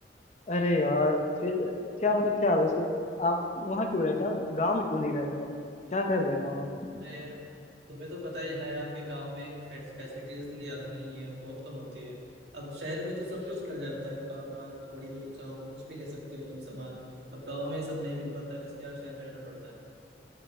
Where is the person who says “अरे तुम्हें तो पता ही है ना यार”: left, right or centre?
Right